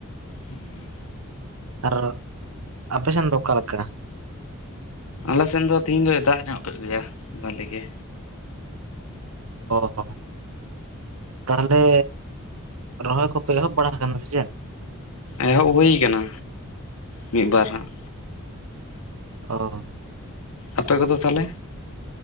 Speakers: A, on the left; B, on the right.
A: ᱦᱮᱸ
B: ᱟᱨ ᱟᱯᱮᱥᱮᱱ ᱫᱚ ᱚᱠᱟᱞ ᱞᱮᱠᱟ
A: ᱟᱞᱮᱥᱮᱱ ᱫᱚ ᱛᱤᱦᱤᱧ ᱫᱚᱭ ᱫᱟᱜ ᱧᱚᱜ ᱠᱮᱫ ᱜᱮᱭᱟ ᱵᱷᱟᱞᱤ ᱜᱮ
B: ᱚ ᱦᱚᱸ ᱛᱟᱦᱚᱞᱮ ᱨᱚᱦᱚᱭ ᱠᱚᱯᱮ ᱮᱦᱚᱵ ᱵᱟᱲᱟ ᱟᱠᱟᱱᱟ ᱥᱮ ᱪᱮᱫ
A: ᱮᱦᱚᱵ ᱦᱩᱭᱩ ᱟᱠᱟᱱᱟ ᱢᱤᱫ ᱵᱟᱨ ᱦᱟᱸᱜ
B: ᱚ
A: ᱟᱯᱮ ᱠᱚᱫᱚ ᱛᱟᱦᱚᱞᱮ